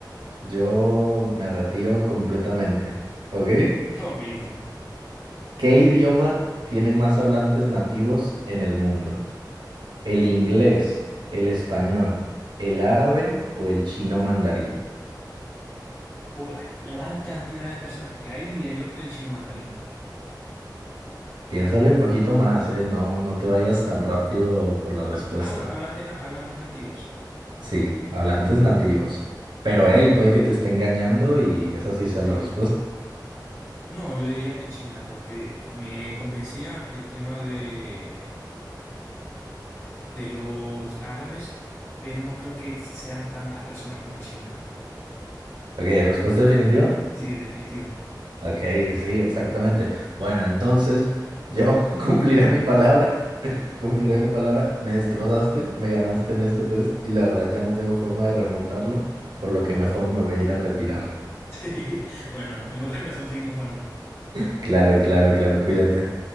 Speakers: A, on the right; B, on the left.
A: yo me retiro completamente. ¿Ok?
B: ok, listo.
A: ¿Qué idioma tiene más hablantes nativos en el mundo? ¿El inglés, el español, el árabe o el chino mandarín?
B: por la gran cantidad de personas que hay, diría yo que el chino mandarín.
A: Piénsale un poquito más, ¿eh? No, no te vayas tan rápido por la respuesta.
B: Ah, bueno, hablantes, na- hablantes nativos.
A: Sí, hablantes nativos. Pero hey, puede que te esté engañando y esa sí sea
B: Sí.
A: la respuesta.
B: No, yo diría que China, porque me convencía el tema de, de los árabes, pero no creo que sean tantas personas como China.
A: Ok, respuesta definitiva.
B: Sí, definitiva. <laughs>
A: Ok, sí, exactamente. Bueno, entonces yo <laughs> cumpliré mi palabra, <laughs> cumpliré mi palabra. Me destrozaste, me ganaste en este test y la verdad ya no tengo forma de remontarlo, por lo que mejor me voy a ir a retirar.
B: Sí. Bueno, en otra ocasión seguimos jugando.
A: <laughs> Claro, claro, claro, cuídate.